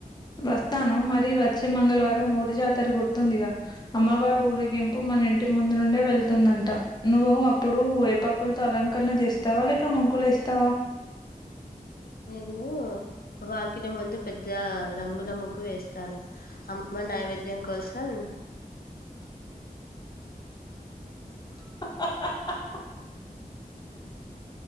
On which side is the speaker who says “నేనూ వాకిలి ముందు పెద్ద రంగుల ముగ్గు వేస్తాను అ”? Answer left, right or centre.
Left